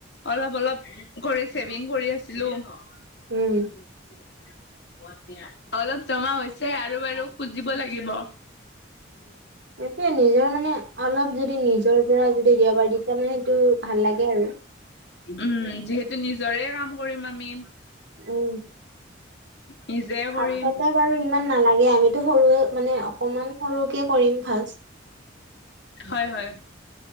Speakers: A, on the left; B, on the right.
A: অলপ অলপ কৰি চেভিং কৰি আছিলো। হব
B: উম
A: দিয়া অলপ জমা হৈছে আৰু বাৰু খুজিব লাগিব
B: এই নিজৰ মানে অলপ যদি নিজৰ পৰা যদি দিব পাৰি তেতিয়া মানে সেইটো ভাল লাগে আৰু
A: উম যিহেতু নিজৰে কাম কৰিম আমি
B: অ
A: নিজে
B: ফাৰ্ষ্টতে
A: কৰিম।
B: বাৰু ইমান নালাগে আমিতো সৰুৱে মানে অকমান সৰুকে কৰিম ফাৰ্ষ্ট
A: হয় হয়